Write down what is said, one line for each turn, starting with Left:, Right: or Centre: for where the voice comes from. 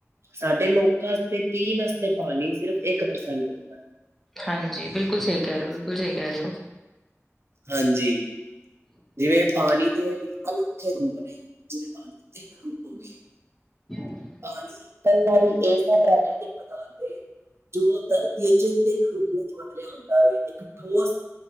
Right: ਸਾਡੇ ਲੋਕਾਂ ਵਾਸਤੇ ਪੀਣ ਵਾਸਤੇ ਪਾਣੀ ਸਿਰਫ ਇੱਕ ਪਰਸੈਂਟ ਹੁੰਦਾ।
Centre: ਹਾਂਜੀ ਬਿਲਕੁਲ ਸਹੀ ਕਹਿ ਰਹੇ ਹੋ ਬਿਲਕੁਲ ਸਹੀ ਕਹਿ ਰਹੇ ਹੋ।
Right: ਹਾਂਜੀ। ਜਿਵੇਂ ਪਾਣੀ ਦੇ ਵੀ ਅਨੋਖੇ ਰੂਪ ਨੇ ਜਿਵੇਂ ਪਾਣੀ ਦੇ ਤਿੰਨ ਰੂਪ ਹੋ ਗਏ।
Centre: <inaudible>
Right: ਪਾਣੀ ਇਕੱਲਾ ਵੀ ਇਸ ਪ੍ਰਕ੍ਰਤਿਕ ਪਦਾਰਥ ਆ ਜੋ ਧਰਤੀ ਵਿਚ ਤਿੰਨ ਰੂਪ ਬਦਲਿਆ ਹੁੰਦਾ ਵੇ ਇੱਕ ਠੋਸ